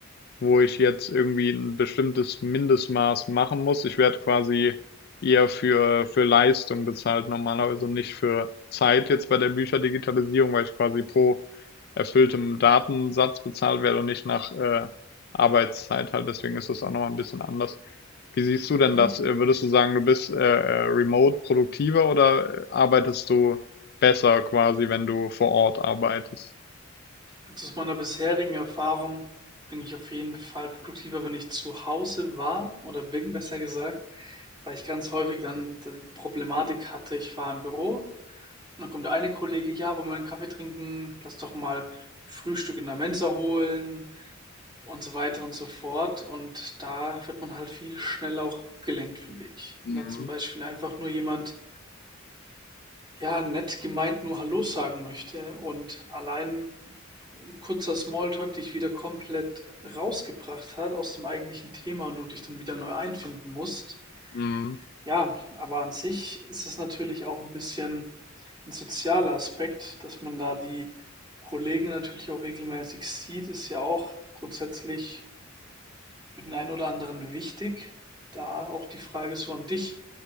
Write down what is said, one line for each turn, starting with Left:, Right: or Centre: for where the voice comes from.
Left: wo ich jetzt irgendwie ein bestimmtes Mindestmaß machen muss. Ich werde quasi eher für, für Leistung bezahlt normalerweise und nicht für Zeit jetzt bei der Bücherdigitalisierung, weil ich quasi pro erfülltem Datensatz bezahlt werde und nicht nach äh, Arbeitszeit halt. Deswegen ist das auch nochmal ein bisschen anders. Wie siehst du denn
Right: Hm?
Left: das? Äh, Würdest du sagen, du bist äh, äh, remote produktiver oder äh, arbeitest du besser quasi, wenn du vor Ort arbeitest?
Right: Also aus meiner bisherigen Erfahrung bin ich auf jeden Fall produktiver, wenn ich zu Hause war oder bin, besser gesagt, weil ich ganz häufig dann die Problematik hatte, ich war im Büro und dann kommt der eine Kollege, ja, wollen wir einen Kaffee trinken, lass doch mal Frühstück in der Mensa holen und so weiter und so fort. Und da wird man halt viel schneller auch abgelenkt, finde ich.
Left: Ja.
Right: Wenn da
Left: Mhm.
Right: zum Beispiel einfach nur jemand, ja, nett gemeint nur Hallo sagen möchte und allein kurzer Smalltalk dich wieder komplett rausgebracht hat aus dem eigentlichen Thema und du dich dann wieder neu einfinden musst.
Left: Mhm.
Right: Ja, aber an sich ist es natürlich auch ein bisschen ein sozialer Aspekt, dass man da die Kollegen natürlich auch regelmäßig sieht, ist ja auch grundsätzlich für den einen oder anderen wichtig. Da auch die Frage so an dich,